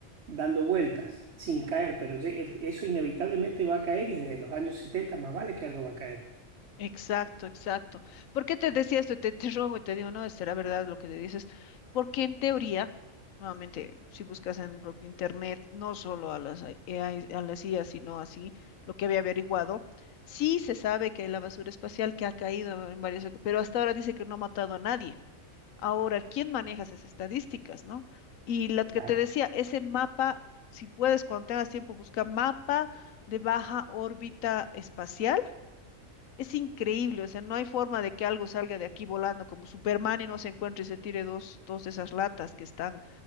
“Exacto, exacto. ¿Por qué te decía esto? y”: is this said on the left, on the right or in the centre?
Left